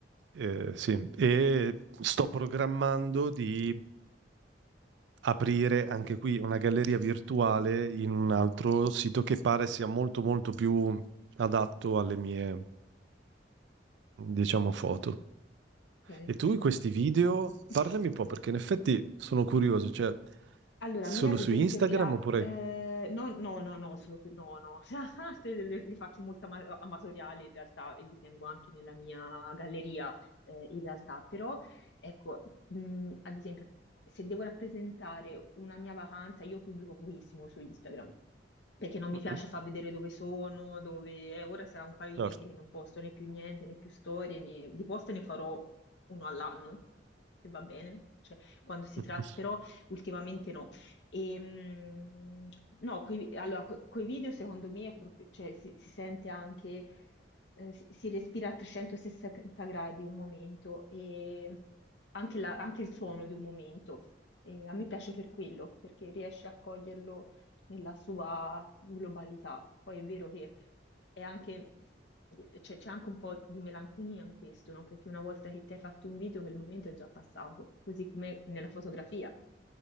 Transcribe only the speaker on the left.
ok.
<laughs>
Allora,
a me ad
esempio
pia...
eh, no, no, no, no, se lo- se- no, no, <laughs> se le, le faccio molto ama- amatoriali in realtà e li tengo anche nella mia galleria eh, in realtà, però ecco, mh, ad esempio, se devo rappresentare una mia vacanza, io pubblico pochissimo su Instagram, perché non mi
piace far vedere dove sono, dove... eh, ora sarà un paio di
mesi che non posto né più niente, né più storie, né... di post ne farò uno all'anno, se va bene, cioè quando si
tratta però... Ultimamente no, e, mh, no, coi, allora, co- coi video secondo me è proprio, cioè, si, si sente anche, eh, si, si respira a 360 gradi un momento e anche, la- anche il suono di un momento. E a me piace per quello, perché riesce a coglierlo nella sua globalità. Poi è vero che è anche, c'è c'è anche un po' di melanconia in questo, no? Perché una volta che ti hai fatto un video, quel momento è già passato, così come nella fotografia